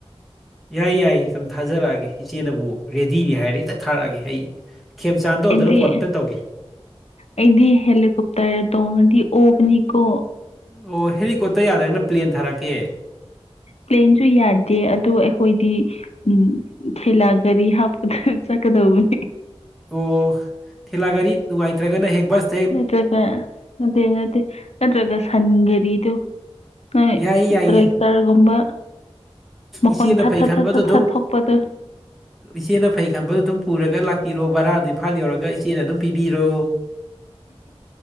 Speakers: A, in the centre; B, on the left.
A: ꯌꯥꯏ ꯌꯥꯏ ꯁꯨꯝ ꯊꯥꯖꯔꯛꯑꯒꯦ ꯏꯆꯦꯅꯕꯨ ꯔꯦꯗꯤꯅꯤ ꯍꯥꯏꯔꯦ ꯍꯦꯛꯇ ꯊꯥꯔꯛꯑꯒꯦ ꯑꯩ ꯈꯦꯝꯆꯥꯟꯗ
B: ꯑꯩꯗꯤ
A: ꯑꯣꯗꯔ ꯐꯣꯟ ꯑꯃꯝꯇ ꯇꯧꯒꯦ
B: ꯑꯩꯗꯤ ꯍꯦꯂꯤꯀꯣꯞꯇꯔ ꯇꯣꯡꯉꯗꯤ ꯑꯣꯕꯅꯤꯀꯣ
A: ꯑꯣ ꯍꯦꯂꯤꯀꯣꯞꯇꯔ ꯌꯥꯗ꯭ꯔꯒꯅ ꯄ꯭ꯂꯦꯟ ꯊꯥꯔꯛꯀꯦ
B: ꯄ꯭ꯂꯦꯟꯁꯨ ꯌꯥꯗꯦ ꯑꯗꯣ ꯑꯩꯈꯣꯏꯗꯤ ꯎꯝ ꯊꯦꯂꯥ ꯒꯥꯔꯤ ꯍꯥꯞꯄꯗ ꯆꯠꯀꯗꯧꯕꯅꯦ
A: ꯑꯣ ꯊꯦꯂꯥ ꯒꯥꯔꯤ ꯅꯨꯡꯉꯥꯏꯇ꯭ꯔꯒꯅ ꯍꯦꯛ ꯕꯁ
B: ꯅꯠꯇ꯭ꯔꯒ ꯅꯠꯇꯦ ꯅꯠꯇꯦ ꯅꯠꯇ꯭ꯔꯒ ꯁꯟꯒꯔꯤꯗꯣ ꯅꫭꯏ
A: ꯌꯥꯏꯌꯦ ꯌꯥꯏꯌꯦ
B: ꯇ꯭ꯔ‌ꯦꯛꯇꯔꯒꯨꯝꯕ ꯃ‌ꯈꫭꯟ
A: ꯏꯆꯦꯅ
B: ꯊꯠ
A: ꯐꯩ
B: ꯊꯥꯠ
A: ꯈꯟꯕꯗꯣ
B: ꯊꯠ ꯊꯠ
A: ꯑꯗꯨꯝ
B: ꯊꯠ ꯊꯣꯛꯄꯗ‌ꯣ
A: ꯏꯆꯦꯅ ꯐꯩ ꯈꯟꯕꯗꯣ ꯑꯗꯨꯝ ꯄꯨꯔꯒ ꯂꯥꯛꯄꯤꯔꯣ ꯕꯔꯥꯗꯤ ꯏꯝꯐꯥꯜ ꯌꯧꯔꯒ ꯏꯆꯦꯅ ꯑꯗꯨꯝ ꯄꯤꯕꯤꯔꯣ